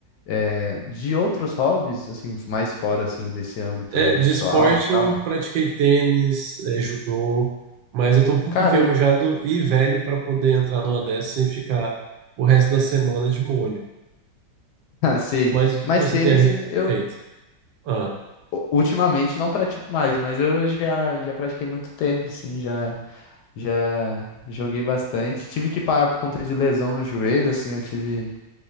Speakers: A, on the left; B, on the right.
A: é, de outros hobbies, assim, mais fora, assim, desse âmbito
B: É, de
A: virtual
B: esporte
A: e tal,
B: eu pratiquei tênis, é, judô, mas eu tô um pouco
A: cara,
B: enferrujado
A: <laughs> eu-
B: e velho para poder entrar numa dessas sem ficar o resto da semana de molho.
A: ah, sei,
B: Mas o que
A: mas
B: que você
A: tênis
B: tem a re-
A: eh, eu
B: feito? Ah,
A: u- ultimamente não pratico mais, mas eu já, já pratiquei muito tênis, sim, já. Já joguei bastante. Tive que parar por conta de lesão no joelho, assim, eu tive.